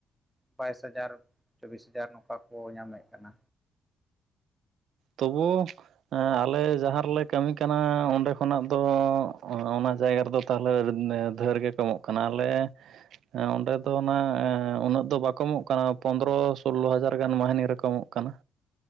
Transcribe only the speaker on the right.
ᱛᱚᱵᱩ ᱮᱸ ᱟᱞᱮ ᱡᱟᱦᱟᱸ ᱨᱮᱞᱮ ᱠᱟᱹᱢᱤ ᱠᱟᱱᱟ ᱚᱸᱰᱮ ᱠᱷᱚᱱᱟᱜ ᱫᱚ ᱚᱱᱟ ᱡᱟᱭᱜᱟ ᱨᱮᱫᱚ ᱛᱟᱞᱦᱮ ᱫᱷᱮᱨ ᱜᱮᱠᱚ ᱚᱢᱚᱜ ᱠᱟᱱᱟ ᱟᱞᱮ ᱮᱸ ᱚᱸᱰᱮ ᱟᱫᱚ ᱚᱱᱟ ᱮᱸ ᱩᱱᱟᱹᱜ ᱫᱚ ᱵᱟᱠᱚ ᱮᱢᱚᱜ ᱠᱟᱱᱟ ᱯᱚᱱᱫᱨᱚ ᱥᱳᱞᱞᱳ ᱦᱟᱡᱟᱨ ᱜᱟᱱ ᱢᱟᱦᱱᱮ ᱨᱮᱠᱚ ᱮᱢᱚᱜ ᱠᱟᱱᱟ᱾